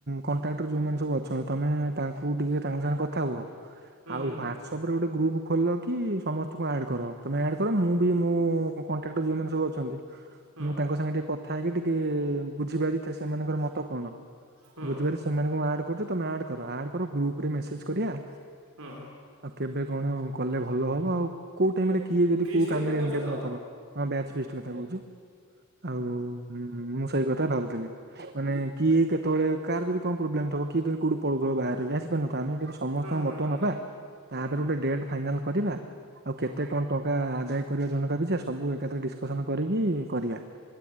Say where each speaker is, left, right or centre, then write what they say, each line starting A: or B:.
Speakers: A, on the right; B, on the right.
A: କଣ୍ଟ୍ରାକ୍ଟର ଯେଉଁମାନେ ସବୁ ଅଛନ୍ତି ତୁମେ ତାଙ୍କୁ ଟିକେ ତାଙ୍କ ସାଙ୍ଗେ କଥା ହୁଅ।
B: ହୁଁ
A: ଆଉ
B: ହୁଁ
A: <unintelligible> ୱାଟ୍ସଅପ୍ରେ ଗୋଟେ ଗ୍ରୁପ୍ ଖୋଲ କି ସମସ୍ତଙ୍କୁ ଆଡ଼୍ କର ତୁମେ ଆଡ଼୍ କର ମୁଁ ବି ମୁଁ କଣ୍ଟାକ୍ଟର ଯୋଉ ମାନେ ସବୁ ଅଛନ୍ତି
B: ହୁଁ
A: ମୁଁ ତାଙ୍କ ସାଙ୍ଗେ ଟିକେ କ ଥାଇକି ଟିକେ ବୁଝିପାରିଥାଏ ସେମାନଙ୍କର ମତ କଣ?
B: ହୁଁ
A: ବୁଝିପାରୁ ସେମାନଙ୍କୁ ଆଡ଼ କର ଗ୍ରୁପ ରେ ମେସେଜ କରିବା।
B: ହଁ।
A: ଆଉ କେବେ କଣ କଲେ ଭଲ ହବ ଆଉ କୋଉ ଟାଇମରେ କିଏ ବି
B: ଫିଷ୍ଟ
A: କୋଉ କାମରେ
B: କଥା କହୁଛ
A: ଏନଗେଜ
B: ତ?
A: ନଥିବ ଆମ ବ୍ୟାଚ ଫିସ୍ଟ କଥା କହୁଛି। ଆଉ ହୁଁ ମୁଁ ସେଇ କଥା ଭାବୁଥିଲି। ମାନେ କିଏ କେତେବେଳେ କାହାର ଯଦି କଣ ପ୍ରୋବ୍ଲେମ ବ କିଏ ଯଦି କଉଠ ପଳଉଥିବ ବାହହାରାରେ ଆସି ପାରୁନ ଆମେ କି <unintelligible> ସମସ୍ତଙ୍କ
B: ହଁ ହଁ
A: ମତ
B: ହଁ
A: ନବା ତାପରେ
B: ହଁ
A: ଗୋଟେ ଡେଟ ଫାଇନାଲ କରିବା ଆଉ କେତେ
B: ହଁ।
A: କଣ ଟଙ୍କ ଙ୍କା ଆଦାୟ କରିବା ଜନକ ପିଛା ସେ ସବୁ ଏକାଥର କେ ଡିସକସନ କରିକି କରିବା।